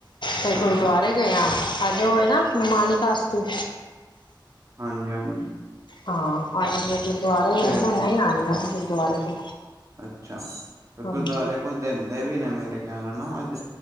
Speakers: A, on the left; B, on the right.
A: ਤੇ
B: ਅੱਛਾ
A: ਗੁਰਦੁਆਰੇ ਗਏ ਆਂ ਅ ਜ ਓ ਏ ਨਾ ਨਿਮਾਣੀ ਕਾਸਤੀ
B: ਹਾਂਜੀ-ਹਾਂਜੀ
A: ਹਾਂ ਅੱਜ ਮੈਂ ਗੁਰਦੁਆਰੇ
B: ਫੇਰ
A: ਗਈ ਹੁਨੇ ਆਈ ਆਂ ਗੁਰਦੁਆਰੇ ਤੋਂ
B: ਅੱਛਾ ਗੁਰਦੁਆਰੇ
A: ਹਾਂਜੀ
B: ਕੁਝ ਦਿੰਦੇ ਵੀ ਨੇ ਮੇਰੇ ਖਿਆਲ ਨਾ ਅੱਜ